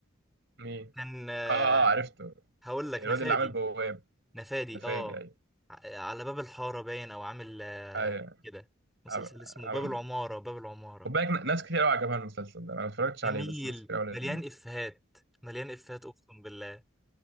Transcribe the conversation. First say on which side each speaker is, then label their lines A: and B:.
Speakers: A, on the right; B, in the centre.
A: مين
B: كان آه،
A: اه اه آه، عرفته
B: هقول لك
A: الواد
B: نفادي
A: اللي عمل بواب
B: نفادي
A: نفادي
B: اه
A: ايوه
B: ع- على باب الحارة باين او عامل آه،
A: ايوه
B: كده مسلسل
A: عم-
B: اسمه
A: عمل
B: باب العمارة باب العمارة
A: خد بالك ناس كتير قوي عجبها المسلسل ده انا ما اتفرجتش
B: جميل
A: عليه بس ناس كتير قوي
B: مليان
A: قالت انه
B: افيهات مليان افيهات اقسم بالله